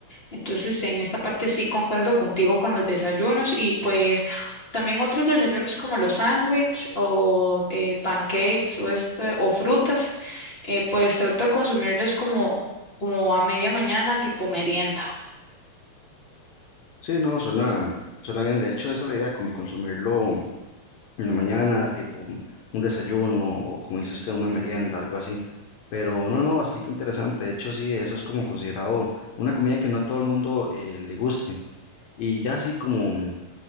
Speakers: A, on the left (about 30°); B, on the left (about 75°).
A: Entonces, en esta parte sí concuerdo contigo con los desayunos y pues también otros desayunos como los sándwiches o eh, pancakes o, este, o frutas, eh, pues trato de consumirlos como, como a media mañana, tipo merienda.
B: Sí, no, suena, suena bien. De hecho, esa es la idea, como consumirlo en la mañana, tipo un un desayuno o como dice usted, una merienda, algo así. Pero no, no, bastante interesante. De hecho, sí, eso es como considerado una comida que no a todo el mundo eh, le guste. Y ya así como,